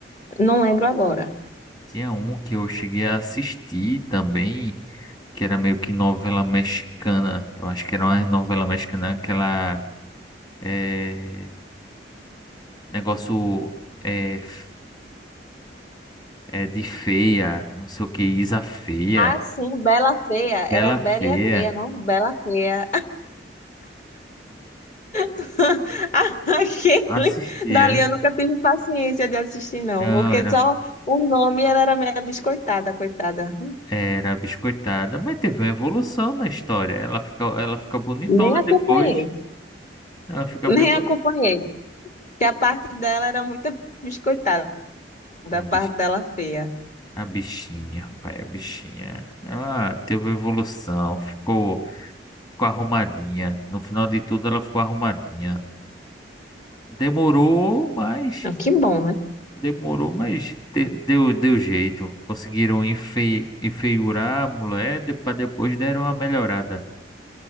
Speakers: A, on the left; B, on the left.
A: Não lembro agora.
B: Tinha um que eu cheguei a assistir também, que era meio que novela mexicana. Eu acho que era uma novela mexicana, aquela é, negócio é, f- é de feia, não sei o que, Isa Feia,
A: Ah, sim, Bela Feia.
B: Bela
A: Era Bela
B: Feia.
A: e a Feia, não Bela Feia. <laughs> Aquele
B: Não Assistia.
A: dali eu nunca tive paciência de assistir, não,
B: Não,
A: porque
B: era,
A: só o nome ela era meio biscoitada, coitada.
B: era biscoitada, mas teve uma evolução na história. Ela fica, ela fica bonitona
A: Nem acompanhei,
B: depois. Ela fica
A: nem
B: bem
A: acompanhei, que a parte dela era muito biscoitada, a
B: bonita.
A: parte dela feia.
B: A bichinha, rapaz, a bichinha. Ela teve evolução, ficou, ficou arrumadinha. No final de tudo, ela ficou arrumadinha. Demorou, mas
A: Ah, Que bom, né?
B: demorou, mas de- deu, deu jeito. Conseguiram enfe, enfeiurar a mulher, para depois deram uma melhorada.